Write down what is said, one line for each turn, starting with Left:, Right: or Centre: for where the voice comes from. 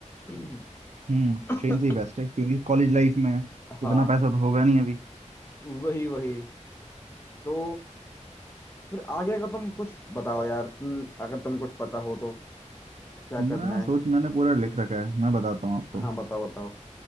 Left: <coughs>
Right: हम्म ट्रेन से ही बेस्ट
Left: <clears throat>
Right: है क्योंकि कॉलेज लाइफ में
Left: हाँ
Right: इतना पैसा तो होगा नहीं अभी
Left: वही वही तो फिर आगे का तुम कुछ बताओ यार तुम अगर तुम कुछ पता हो तो क्या करना
Right: मैं सोच
Left: है
Right: मैंने पूरा लिख रखा है मैं बताता हूँ आपको
Left: हाँ बताओ बताओ